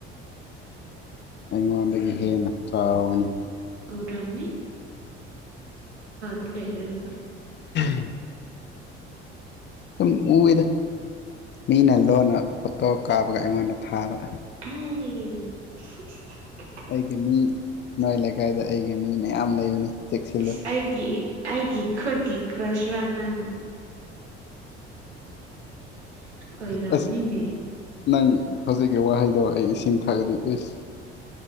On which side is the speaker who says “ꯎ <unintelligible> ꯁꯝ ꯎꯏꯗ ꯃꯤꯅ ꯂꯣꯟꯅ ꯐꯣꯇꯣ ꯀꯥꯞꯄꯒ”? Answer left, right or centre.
Left